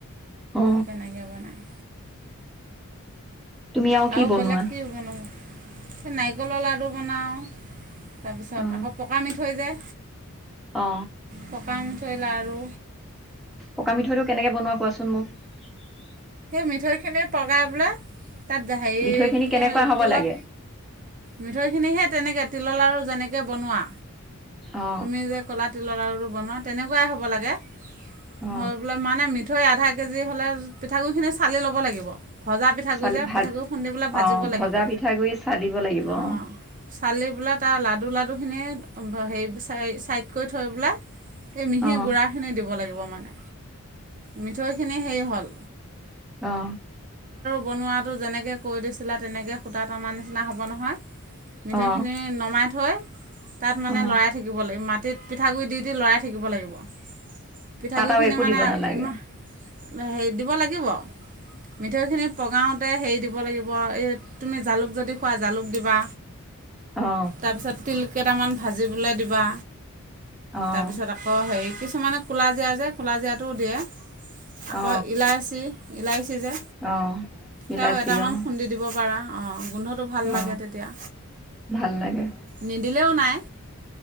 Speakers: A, in the centre; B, on the right.
A: অ
B: কেনেকে বনাই?
A: তুমি কি
B: আৰু
A: বনোৱা
B: বেলেগ কি হব নো। এ নাৰিকলৰ লাড়ু বনাওঁ। তাৰপিছত
A: অ
B: আকৌ পকা মিঠৈ যে।
A: অ।
B: পকা মিঠৈ, ‌ লাৰু।
A: পকা মিঠৈটো কেনেকে বনোৱা কোৱাচো? সমখ।
B: মিঠৈ খিনি পগাই বোলে তাত হেৰি
A: মিঠৈখিনি
B: তে
A: কেনেকুৱা হ'ব
B: তিলৰ
A: লাগে
B: মিঠৈখিনিহে তেনেকে তিলৰ লাৰু যেনেকে বনোৱা
A: অ
B: তুমি যে কলা তিলৰ লাৰু বনোৱা তেনেকুৱাই হ'ব লাগে
A: অ
B: হয় বোলে মানে মিঠৈ আধা এক কেজি হলে পিঠাগুৰি খিনি চালি লব লাগিব ভজা পিঠাগুৰি
A: চালি
B: যে,
A: ভাজ
B: পিঠাগু় খুন্দিলৈ ভাজিব
A: অ
B: লাগিব।
A: ভজা পিঠাগুড়ি চালিব লাগিব অ
B: অঁ, চালি <unintelligible> লাডুখিনিয়ে হেৰি-হে ছাইড কৰি থৈ পেলাই। এই মিহি
A: অ
B: গুড়াখিনি দিব লাগিব মানে। মিঠৈ খিনি হেৰি হ'ল।
A: অঁ।
B: বনোৱাতো যেনেকে কৈ দিছিলা তেনেকে সূতাত আমাৰ নিনা নিচিনা হ'ব নহয়। মিঠৈখিনি
A: অ
B: নমাই থৈ। তাত মানে
A: অ
B: লৰাই থাকিব লাগিব মাত তিল পিঠাগুড়ি দি - দি লৰাই থাকিব লাগিব। পিঠাগুড়িখিনি
A: তাত আৰু একো
B: মানে
A: দিব নালাগে।
B: ইমান হেৰি দিব লাগিব, মিঠৈখিনি পগাওঁতে হেৰি দিব লাগিব এই তুমি জালুক যদি খোৱা জালুক দিবা।
A: অ
B: তাৰপিছত তিল। কেটামান। ভাজিবলে দিবা,
A: অ
B: তাৰপিছত আকৌ হেৰি কি। কিছুমানে ক'লাজিৰা যে, ক'লাজিৰাটো দিয়ে। আকৌ
A: অ
B: ইলাচি। ইলাই। চি যে,
A: অ বিলাচী
B: সেয়াও এটামান
A: অ
B: খুন্দি দিব পাৰা। অহ গোন্ধ। ত ভাল
A: অ
B: লাগে তেতিয়া,
A: ভাল লাগে
B: নিদিলেও নাই।